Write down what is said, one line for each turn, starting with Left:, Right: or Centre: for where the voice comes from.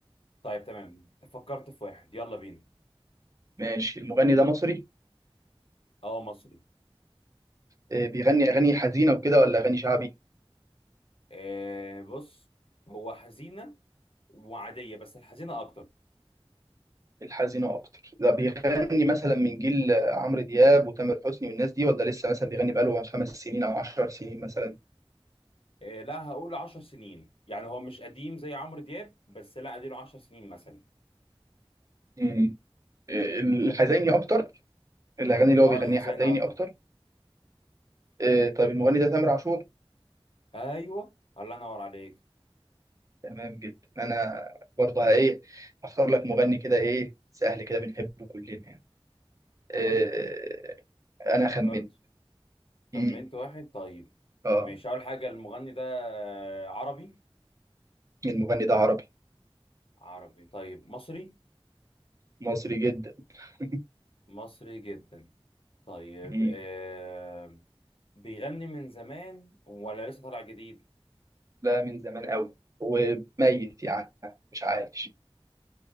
Left: طيب تمام فكرت في واحد يلا بينا
Right: ماشي المغني ده مصري
Left: اه مصري
Right: آه، بيغني أغاني حزينة وكده ولا أغاني شعبي؟
Left: آه، بص هو حزينة وعادية بس الحزينة اكتر
Right: الحزينة أكتر ده بيغني مثلا من جيل عمرو دياب وتامر حسني والناس دي ولا لسه مثلا بيغني بقاله خمس سنين أو عشر سنين مثلا
Left: آه، لا هقول عشر سنين يعني هو مش قديم زي عمرو دياب بس لا اديله عشر سنين مثلا
Right: مم. الحزيني أكتر الأغاني اللي
Left: اه
Right: هو بيغنيها
Left: الحزينة
Right: حزيني
Left: اكتر
Right: أكتر آه، طيب المغني ده تامر عاشور
Left: ايوه الله ينور عليك
Right: تمام جدا أنا برضه إيه هختار لك مغني كده إيه سهل كده بنحبه كلنا يعني
Left: طيب
Right: آه، أنا خمن
Left: فكرت
Right: مم.
Left: خمنت واحد طيب
Right: آه
Left: مش اول حاجه المغني ده آه، عربي
Right: المغني ده عربي
Left: عربي طيب مصري
Right: مصري جدا <laughs>
Left: مصري جدا طيب
Right: مم.
Left: آه بيغني من زمان ولا لسه طالع جديد
Right: لا من زمان قوي وميت يعني مش عايش